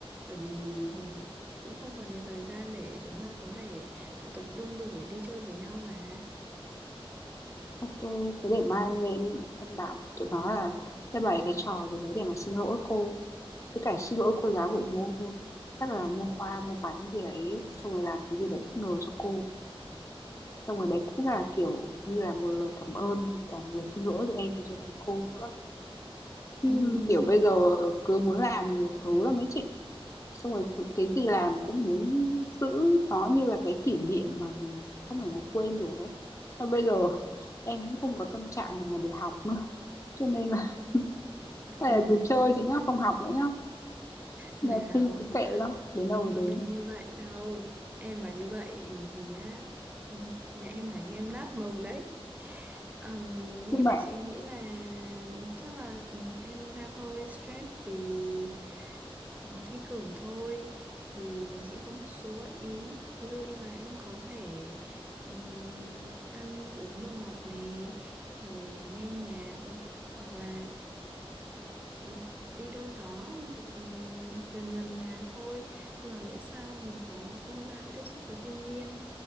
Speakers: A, on the right; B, on the left.
A: bởi vì cũng không còn nhiều thời gian để chúng ta có thể tụ tập đông đủ để đi chơi với nhau mà
B: ok thế để mai em lên em bảo tụi nó là sẽ bày cái trò gì đấy để mà xin lỗi cô với cả xin lỗi cô giáo bộ môn luôn chắc là mua hoa mua bánh gì đấy xong rồi làm cái gì đấy bất ngờ cho cô xong rồi đấy cũng là kiểu như là một lời cảm ơn và cả một lời xin lỗi từ em cho cho thầy cô nữa Ừm,
A: Ừm,
B: kiểu bây giờ cứ muốn làm nhiều thứ lắm mấy chị xong rồi thực cái gì làm cũng muốn giữ nó như là cái kỷ niệm mà mình không thể nào quên được ấy và bây giờ em cũng không có tâm trạng nào mà để học nữa cho nên là <laughs>
A: <laughs>
B: hay là cứ chơi chị nhá không học nữa nhá
A: nào
B: là thi cứ kệ nó đến đâu
A: không
B: rồi
A: có
B: đến
A: được như vậy đâu em mà như vậy thì á ừ, mẹ em đánh em nát mông đấy Ừm,
B: nhưng
A: nhưng
B: mà
A: mà chị nghĩ là chắc là ừ, em đang hơi stress vì ờ, thi cử thôi thì chị có một số gợi ý ví dụ như là em có thể ừm, ăn uống đồ ngọt nè rồi nghe nhạc hoặc là ừ, đi đâu đó một ừ, gần gần nhà thôi nhưng mà miễn sao mình có không gian tiếp xúc với thiên nhiên